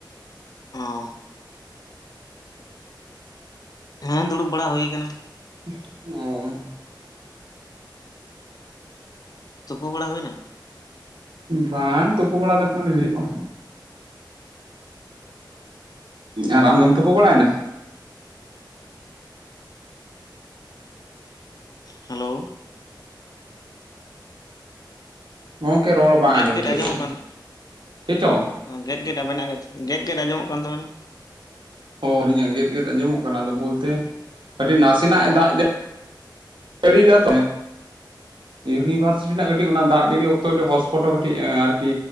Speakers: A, on the left (about 50°); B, on the right (about 75°).
A: ᱚ ᱦᱮᱸ ᱫᱩᱲᱩᱵ ᱵᱟᱲᱟ ᱦᱳᱭ ᱠᱟᱱᱟ
B: <unintelligible>
A: ᱛᱩᱯᱩ ᱵᱟᱲᱟ ᱦᱩᱭᱱᱟ
B: ᱵᱟᱝ ᱛᱳᱯᱳ ᱵᱟᱲᱟ ᱫᱚ ᱮᱠᱷᱚᱱᱚ ᱟᱣᱨᱤ ᱦᱩᱭᱩᱜᱼᱟ ᱟᱨ ᱟᱢ ᱫᱚᱢ ᱛᱚᱯᱚ ᱵᱟᱲᱟᱭ ᱮᱱᱟ
A: ᱦᱮᱞᱳ
B: ᱜᱚᱢᱠᱮ ᱨᱚᱲ ᱵᱟᱝ
A: ᱜᱮᱫ
B: ᱟᱸᱡᱚᱢ
A: ᱜᱮᱫ
B: ᱴᱷᱤᱠᱟᱜ
A: ᱟᱸᱡᱚᱢᱚᱜ ᱠᱟᱱ
B: ᱪᱮᱫ ᱪᱚᱝ
A: ᱜᱮᱫ ᱜᱮᱫ ᱟᱵᱤᱱᱟᱜ ᱜᱮ ᱜᱮᱫ ᱜᱮᱫ ᱟᱸᱡᱚᱢᱚᱜ ᱠᱟᱱ ᱛᱟᱵᱤᱱᱟ
B: ᱚ ᱟᱹᱞᱤᱧᱟᱜ ᱜᱮᱫ ᱜᱮᱫ ᱟᱸᱡᱚᱢᱚᱜ ᱠᱟᱱᱟ ᱟᱫᱚ ᱵᱚᱞᱛᱮ ᱟᱹᱰᱤ ᱱᱟᱥᱮᱱᱟᱜ ᱮ ᱫᱟᱜ ᱡᱟᱯᱩᱫ ᱠᱟᱹᱲᱤ ᱫᱟᱯᱮ
A: <inaudible>
B: ᱤᱭᱩᱱᱤᱵᱷᱟᱨᱥᱤᱴᱤ ᱨᱮᱱᱟᱜ ᱠᱟᱹᱴᱤᱡ ᱚᱱᱟ ᱫᱟᱜ ᱡᱟᱹᱲᱤ ᱚᱠᱛᱚ ᱠᱟᱹᱴᱤᱡ ᱦᱚᱴᱥᱯᱚᱴ ᱦᱚᱸ ᱠᱟᱹᱴᱤᱡ ᱟᱨᱠᱤ